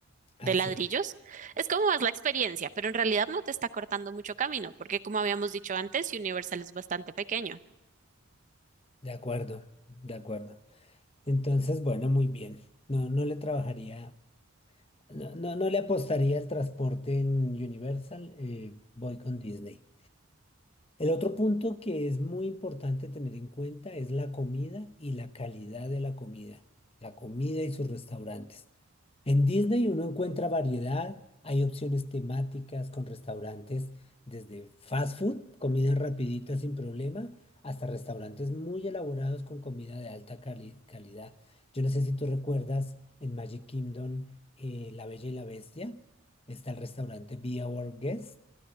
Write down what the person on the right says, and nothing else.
de ladrillos.
Es como más la experiencia, pero en realidad no te está cortando mucho camino, porque como habíamos dicho antes, Universal es bastante pequeño.